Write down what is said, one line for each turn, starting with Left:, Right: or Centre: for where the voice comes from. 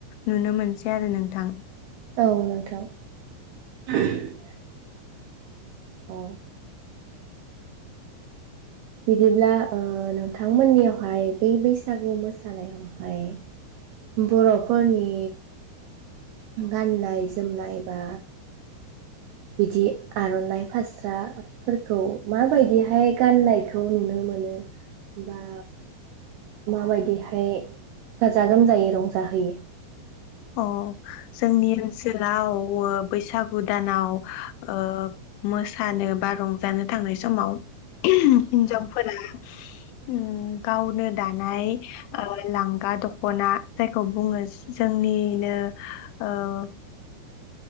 Left: नुनो मोनसै आरो नोंथां
Right: औ नोंथां <inaudible> अ बिदिब्ला ओ नोंथांमोननियावहाय बै बैसागु मोसानायावहाय बर'फोरनि गान्नाय जोमनाय बा बिदि आर'नाइ फास्राफोरखौ माबायदिहाय गाननायखौ नुनो मोनो बा माबायदिहाय गाजा गोमजायै रंजाहोयो
Left: अ जोंनि ओनसोलाव ओ बैसागु दानाव ओ मोसानो बा रंजानो थांनाय समाव हिन्जावफोरा उम गावनो दानाय ओ लांगा दख'ना जायखौ बुङो जों निनो ओ।